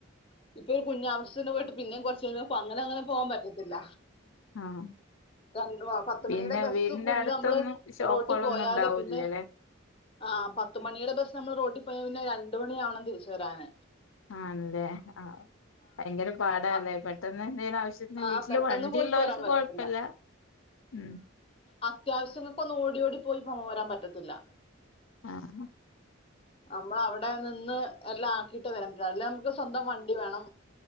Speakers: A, on the left; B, on the left.
A: ഇപ്പൊ ഇപ്പൊ ഒരു കുഞ്ഞയാാവസ്ഥേെ പോയിട്ട് പിന്നേ കുറ അങ്ങനെങ്ങനെ പോവാൻ പറ്റത്തില്ല
B: ആഹ്
A: രണ്ട പത്തുമണിയുടെ
B: പിന്നെ
A: ബസ്
B: വീടിന്റെ
A: കുഞ്
B: അടുത്തൊന്നും
A: നമ്മള്
B: ഷോപ്പുകളൊന്നും
A: റോട്ടിൽ പോയാല്
B: ഉണ്ടാവൂല്ലല്ലേ
A: പിന്നെ ആ പത്തുമണിയുടെ ബസ് നമ്മൾ റോഡ് പോ പിന്നെ രണ്ട മണിയാവണം തിരിച്ച വരാാന്
B: ആണല്ലേ ആഹ ഭയങ്കര പാടല്ലേ
A: അ-
B: പെട്ടെന്ന് എന്തേലും ആവശ്യത്തിന് വീട്ടില്
A: ആ പെട്ടെന്ന്
B: വണ്ടിള്ളവർക്ക്
A: പോയി പോരാൻ പറ്റത്തില്ല
B: കൊഴപ്പല്ല ഉം
A: അത്യാവശ്യങ്ങൾക്ക ഒന്ന് ഓടി ഓടി പോയി ഭമം വരാൻ പറ്റത്തില്ല
B: ആഹ
A: നമ്മൾ അവിടെ നിന്ന് എല്ലാം ആക്കീട്ട് വരാൻറ്റ അല്ല നമുക്ക് സ്വന്തം വണ്ടി വേണം